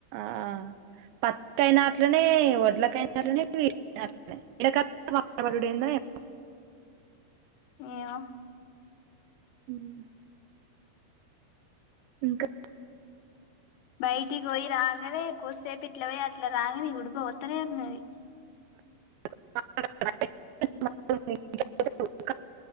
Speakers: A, on the right (about 85°); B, on the left (about 80°).
A: హా ఆ పత్తి అయినా అట్లనే వడ్లకు అయినా అట్లనే వీటికి అయినా అట్లనే ఎండాకాలం వాన పడుడు ఏందో ఏమో
B: ఏమో
A: ఉహు ఇంకా
B: బయటికి పోయి రాగానే కొద్దిసేపు ఇట్ల పోయి అట్లా రాగానే ఇగ ఉడుకపోతనే ఉన్నది
A: చ <unintelligible>